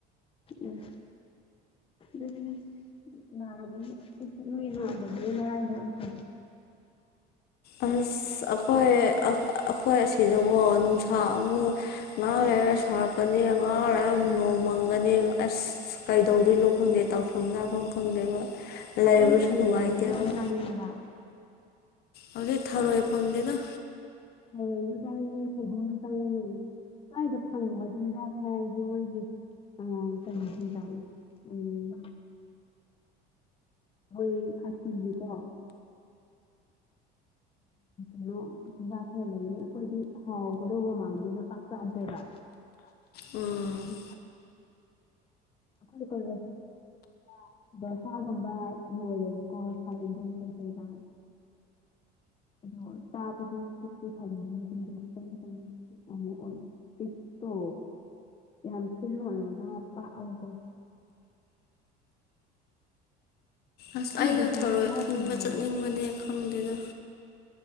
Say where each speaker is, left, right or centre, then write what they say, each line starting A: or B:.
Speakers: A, on the left; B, on the left.
A: ꯎꯝ ꯑꯗꯨꯗꯤ ꯅꯥꯔꯨꯕꯒꯤ ꯃꯤ ꯂꯣꯏꯔꯝꯗꯕꯒꯤ ꯃꯔꯥꯏꯕꯛ ꯌꯥꯝ ꯐꯩ
B: ꯑꯁ ꯑꯈꯣꯏ ꯑ ꯑꯈꯣꯏ ꯑꯁꯤꯗꯕꯨ ꯅꯨꯡꯁꯥ ꯑꯃꯨꯛ ꯉꯥꯛ ꯂꯩ ꯍꯦ ꯁꯥꯔꯛꯀꯅꯤ ꯉꯥꯛ ꯂꯩꯔ ꯃꯨꯛ ꯅꯣꯡ ꯃꯪꯒꯅꯤ ꯑꯁ ꯀꯩꯗꯧꯗꯣꯏꯅꯣ ꯈꯪꯗꯦ ꯇꯧꯐꯝ ꯂꯥꯛꯐꯝ ꯈꯪꯗꯦꯕ ꯂꯩꯕꯁꯨ
A: ꯑꯩ ꯊꯔꯣꯏꯒꯨꯝꯕꯁꯨ
B: ꯅꯨꯡꯉꯥꯏꯇꯦꯕ
A: ꯌꯥꯝ ꯆꯥꯅꯤꯡꯉꯦꯕ
B: ꯍꯨꯖꯤꯛ ꯊꯔꯣꯏ ꯐꯪꯗꯦꯗ
A: ꯊꯔꯣꯏꯖꯨ ꯆꯥꯅꯤꯡꯉꯦ ꯈꯖꯤꯡꯖꯨ ꯆꯥꯅꯤꯡꯉꯦ ꯁ꯭ꯋꯥꯏꯗ ꯐꯪꯕ ꯆꯤꯟꯖꯥꯛ ꯍꯥꯏꯔꯗꯤ ꯃꯣꯏꯒꯤ ꯑꯣ ꯀꯩ ꯆꯤꯟꯖꯥꯛꯅꯣ ꯎꯝ ꯑꯩꯣꯏ ꯐꯥꯁꯤꯒꯤꯀꯣ ꯑꯗꯨꯣ ꯆꯤꯖꯥꯛ ꯍꯦꯜꯂꯅꯤ ꯑꯩꯈꯣꯏꯗꯤ ꯍꯥꯎꯒꯗꯧꯕ ꯃꯥꯟꯗꯦ ꯂ ꯄꯥꯛ ꯆꯥꯗꯦꯕ
B: ꯎꯝ
A: ꯀꯣꯏ ꯀꯣꯏ ꯔꯁꯔꯥ ꯣꯁꯥꯒꯨꯝꯕ ꯌꯣꯜꯂꯦꯕꯀꯣ ꯁꯥꯎꯠ ꯏꯟꯗꯤꯌꯥꯟ ꯀꯩꯁꯩꯗ ꯑꯗꯣ ꯇꯥꯕꯁꯨ ꯀꯛꯁꯨ ꯊꯟꯗꯅꯤ ꯑꯗꯨꯗꯣ ꯈꯤꯇꯪ ꯈꯤꯇꯪ ꯇꯣ ꯌꯥꯝ ꯊꯤꯜ ꯂꯔꯒ ꯄꯥꯛꯑꯀꯣ
B: ꯑꯁ
A: ꯅꯪ
B: ꯑꯩꯁꯨ
A: ꯗꯣꯁꯥꯗꯣ
B: ꯊꯧꯔꯣꯏ
A: ꯆꯥꯕ
B: ꯊꯤꯟꯕ
A: ꯐꯪꯅꯔꯕꯣ
B: ꯆꯠꯅꯤꯡꯕꯅꯦ ꯈꯪꯗꯦꯗ